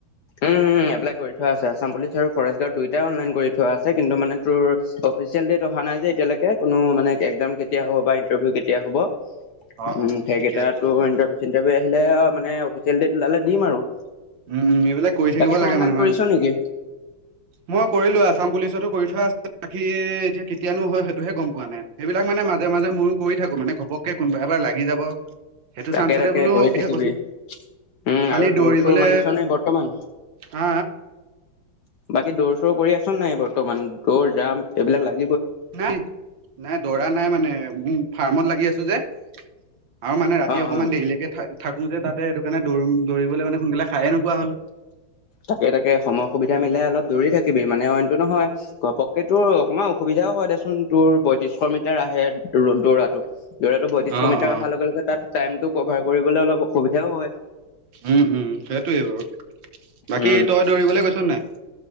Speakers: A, on the left (about 65°); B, on the right (about 65°).
A: উমম এপ্লাই কৰি থোৱা আছে আছাম পুলিচ আৰু ফৰেষ্ট গাৰ্ড দুইটাই অনলাইন কৰি থোৱা আছে কিন্তু মানে তোৰ। অফিচেল ডেট অহা নাই যে এতিয়ালৈকে কোনো মানে একসাম কেতিয়া হ'ব বা ইণ্টাৰভিউ কেতিয়া হ'ব উম
B: অ' অ'
A: সেইকেইটাতো
B: ঠিকে আছে ঠিকে আছে।
A: ইণ্টাৰভিউ চিটাৰভিউ আহিলে। মানে অফিচিয়েল ডেট ওলালে দিম আৰু।
B: উম এইবিলাক কৰি থাকিব
A: বাকী তই
B: লাগে
A: অনলাইন
B: মানে মানে
A: কৰিছ নেকি?
B: মই কৰিলো আছাম পুলিচ। কৰি থ এতিয়া কেতিয়ানো হয় সেইটোহে গম পোৱা নাই সেইবিলাক মানে মাজে মাজে মইো কৰি থাকো মানে। ঘপককে কোনোবা এবাৰ লাগি যাব। সেইটো
A: তাকে
B: চানঞ্চতে
A: তাকে
B: বোলো
A: কৰি
B: কিঠথা
A: থাকিবি
B: কৈছো
A: উম
B: খালি
A: আৰু
B: দৌৰি।
A: দৌৰ চৌৰ
B: বোলে
A: মাৰিছ নে বৰ্তমান?
B: হা।
A: বাকী দৌৰ চৌৰ কৰি আছ নাই বৰ্তমান দৌৰ জাম এইবিলাক লাগে।
B: নাই নাই দৰা নাই মানে উ ফাৰ্মত লাগি আছো যে। আৰু মানে ৰাতি
A: অ
B: অকনমান
A: অ
B: দেৰিলৈকে থাকি থাকো যে তাতে সেইটো কাৰণে দৌৰিম দৌৰিবলৈ মানে সোনকালে খায়ে নোপোৱা হলো।
A: তাকে তাকে সময় সুবিধা মিলাই অলপ দৌৰি থাকিবি মানে অইনতটো নহয় ঘপকেেতো অকণমান অসুবিধা। এতিয়াও হয় দেচোন তোৰ বয়ত্ৰিশ মিটাৰ আহে দৌৰাতটো। দৌৰাটো বয়ত্ৰিশ
B: অ
A: মিটাৰ
B: অ
A: অহাৰ লগে লগে তাত টাইমটো কভাৰ কৰিবলৈ অলপ অসুবিধাও হয়
B: উম উম সেইটোৱে বাৰু বাকী
A: উম
B: তই দৌৰিবলৈ কৈছ নাই।